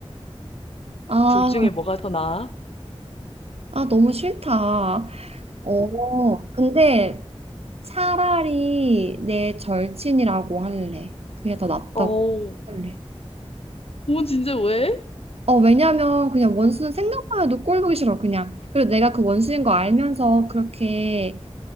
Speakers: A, on the right; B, on the left.
A: 아,
B: 둘 중에 뭐가 더 나아?
A: 아, 너무 싫다. 어, 근데 차라리 내 절친이라고 할래. 그게 더 낫다고
B: 어우,
A: 할래.
B: 어머 진짜 왜?
A: 어, 왜냐면 그냥 원수는 생각만 해도 꼴 보기 싫어, 그냥. 그리고 내가 그 원수인 거 알면서 그렇게